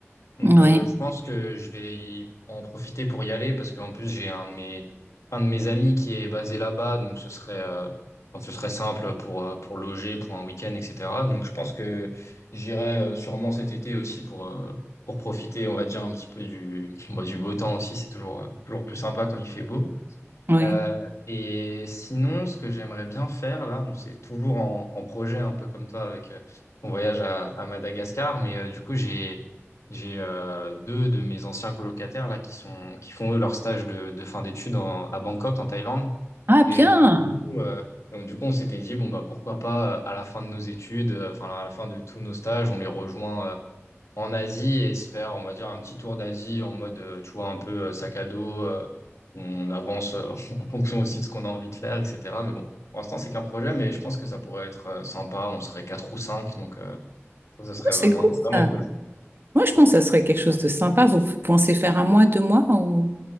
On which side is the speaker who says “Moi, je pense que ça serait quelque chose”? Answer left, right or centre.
Right